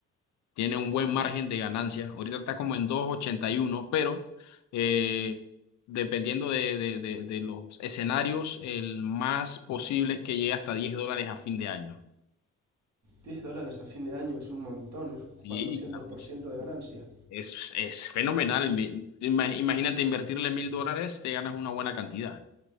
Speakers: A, on the left; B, on the right.
A: tiene un buen margen de ganancia. Ahorita está como en dos ochenta y uno, pero eh, dependiendo de, de, de, de los escenarios, el más posible es que llegue hasta 10 dólares a fin de año.
B: Diez dólares a fin de año es un montón, es cuatrocientos
A: Sí, claro
B: por
A: que sí.
B: ciento de ganancia.
A: Es, es fenomenal. Mi- ima- Imagínate invertirle mil dólares, te ganas una buena cantidad.